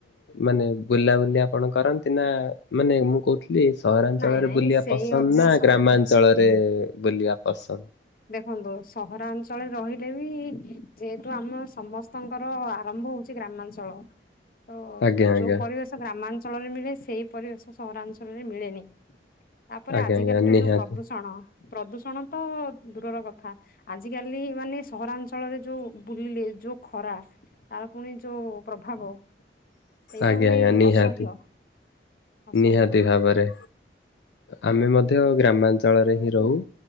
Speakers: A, on the left; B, on the left.
A: ମାନେ ବୁଲାବୁଲି ଆପଣ କରନ୍ତି ନା ମାନେ ମୁଁ କହୁଥି ଲି ସହରାଞ୍ଚଳରେ
B: ନାଇଁ ନାଇଁ
A: ବୁଲିବା
B: ସେଇ
A: ପସନ୍ଦ
B: ଅଭ୍ୟାସ
A: ନା ଗ୍ରାମାଞ୍ଚଳରେ
B: ନାହିଁ
A: ବୁଲିବା ପସନ୍ଦ?
B: ଖନ୍ତୁ ସହରାଞ୍ଚଳରେ ରହିଲେ ବି ଯେହେତୁ ଆମ ସମସ୍ତଙ୍କର ଆରମ୍ଭ ହଉଛି ଗ୍ରା ମାଞ୍ଚଳ ତ
A: ଆଜ୍ଞା ଆଜ୍ଞା
B: ଯୋଉ ପରିବେଶ ଗ୍ରାମାଞ୍ଚଳରେ ମିଳେ ସେଇ ପରିବେଶ ସହରାଞ୍ଚଳରେ ମିଳେନି। ତାପରେ
A: ଆଜ୍ଞା
B: ଆଜିକାଲିର
A: ଆଜ୍ଞା ନିହାତି
B: ଯୋଉ ପ୍ରଦୂଷଣ। ପ୍ରଦୂଷଣ ତ ଦୂରର କଥା ଆଜିକାଲି ମାନେ ସହରାଞ୍ଚଳରେ ଯୋଉ ବୁଲିଲେ ଯୋଉ ଖରା ଆଉ ଫୁଣି ଯୋଉ ପ୍ରଭାବ। ସେଇଟା
A: ଆଜ୍ଞା
B: ପୁଣି
A: ଆଜ୍ଞା ନିହାତି।
B: ଅସହ୍ୟ ଅସହ୍ୟ
A: ନିହାତି ଭାବରେ ଆମେ ମଧ୍ୟ ଗ୍ରାମାଞ୍ଚଳରେ ହିଁ ରୋହୁ।